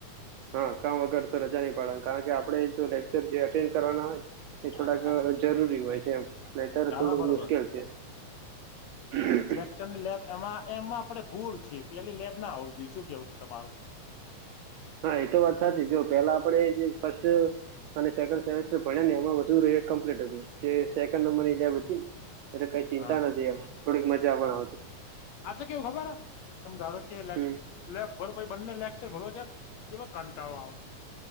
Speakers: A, on the right; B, on the left.
A: હા કામ વગર તો રજા નહી પાડવાની કારણ કે આપણે જો લેક્ચર જે એટેન્ડ કરવાના હોય એ થોડાક
B: હા
A: જરૂરી હોય છે નયતર થોડુંક
B: ના બરોબર
A: મુશ્કેલ છે. <inaudible>
B: લેકચરની લેબ એમાં એમાં આપડે ભૂલ છે પેલી લેબ ના હોવી જોઈએ શું કેવું તમારું
A: હા એ તો વાત સાચી જો પેલા આપડે જે ફસ્ટ અને સેકન્ સેમેસ્ટર ભણ્યા ને એમાં બધું રે કમ્પ્લિટ હતું જે સેકન્ડ નંબરની લેબ હતી ને એટલે કઈ ચિંતા
B: હા
A: નથી એમ થોડીક મજા પણ આવતી.
B: આતો કેવું ખબર હ તમે ધારોકે
A: હમ
B: લેબ ભરો પહિ બંને લેક્ચર ભરોજે ચેવા કંટાળો આવ